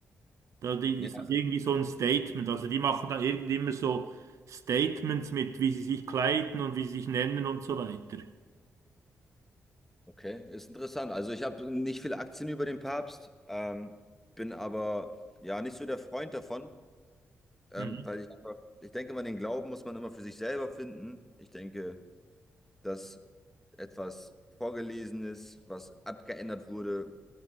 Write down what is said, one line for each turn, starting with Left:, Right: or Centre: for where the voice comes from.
Right: Da die-
Centre: Ja,
Right: ist das irgendwie so ein Statement. Also die machen da irgendwie immer so Statements mit, wie sie sich kleiden und wie sie sich nennen und so weiter.
Centre: okay. Ist interessant. Also ich habe nicht viele Aktien über den Papst, ähm, bin aber ja nicht so der Freund davon, ähm,
Right: Mhm.
Centre: weil ich, einfach- ich denke, man den Glauben muss man immer für sich selber finden. Ich denke, dass etwas Vorgelesenes, was abgeändert wurde,